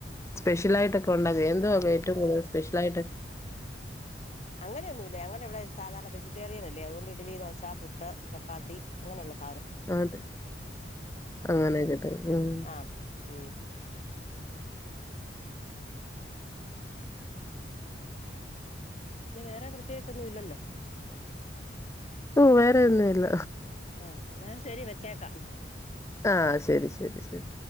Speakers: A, on the left; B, on the left.
A: സ്പെഷ്യൽ ആയിട്ടൊക്കെ ഒണ്ടാകൊ എന്തുവ ഏറ്റവും കൂടുതൽ സ്പെഷ്യൽ ആയിട്ട്
B: അങ്ങനെയൊന്നുല്ല ഞങ്ങടെ ഇവിടെ സാധാരണ വെജിറ്റേറിയൻ അല്ലേ അതോണ്ട് ഇഡ്ലി ദോശ പുട്ട് ചപ്പാത്തി അങ്ങനെയുള്ള സ
A: അതെ അങ്ങനെയൊക്കെ ത ഉം
B: ആഹ് ഉം പിന്നെ വേറെ പ്രത്യേച്ചൊന്നു ഇല്ലല്ലൊ
A: ഓ വേറെ ഒന്നുല്ല
B: ആ ന്ന ശരി വച്ചേക്കാം
A: ആഹ് ശരി ശരി ശരി